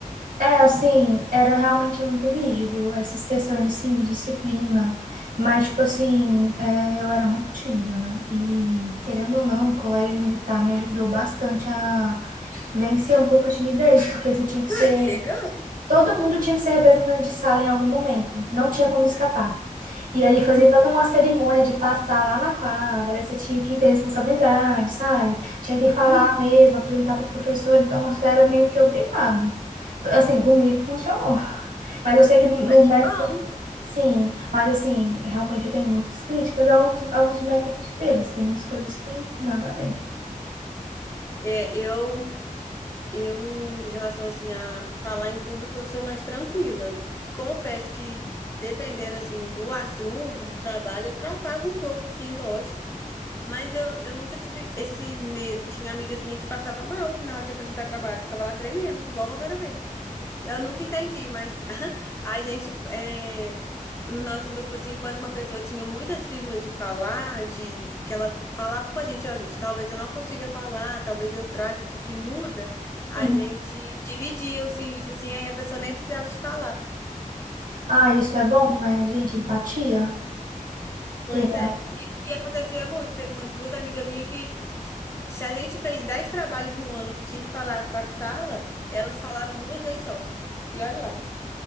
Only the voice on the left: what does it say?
Ah,
que legal.
Uhum,
uhum.
Ué,
que bom.
É, eu Eu, em relação assim a falar em público, eu sou mais tranquila. Confesso que dependendo assim do assunto, do trabalho, eu travava um pouco, sim, lógico. Mas eu, eu nunca tive esse medo. Tinha amigas minhas que passavam mal na hora de apresentar trabalho, ficava lá tremendo, igual uma vara verde. Eu nunca entendi, mas <laughs> a gente, é, no nosso grupo, assim, quando uma pessoa tinha muita cisma de falar, de que ela falava com a gente, ó, gente, talvez eu não consiga falar, talvez eu trave, fique muda, a
gente dividia o serviço assim, aí a pessoa nem precisava de falar.
Pois
é. E, e acontecia muito. Tem umas duas amigas minhas que, se a gente fez dez trabalhos no ano que tinha que falar para sala, elas falaram duas vezes só. E olha lá.